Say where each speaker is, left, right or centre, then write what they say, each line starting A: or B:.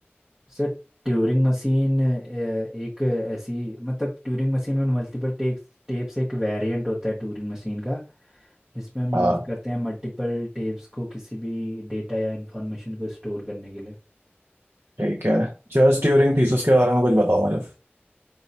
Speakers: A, on the right; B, on the right.
A: सर ट्यूरिंग मशीन अ, एक ऐसी मतलब ट्यूरिंग मशीन में मल्टीपल टेप्स टेप्स एक वेरिएंट होता है ट्यूरिंग मशीन का जिसमें हम यूज़
B: है
A: करते हैं मल्टीपल टेप्स को किसी भी डेटा या इंफॉर्मेशन को स्टोर करने के लिए
B: ठीक है जस्ट ड्यूरिंग थीसिस के बारे में कुछ बताओ मुझे